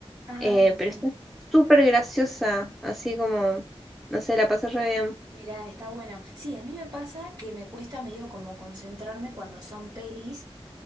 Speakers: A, on the right; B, in the centre.
A: Ah,
B: Eh,
A: bien.
B: pero está súper graciosa, así como, no sé, la pasé re bien.
A: Mira, está bueno. Sí, a mí me pasa que me cuesta medio como concentrarme cuando son pelis.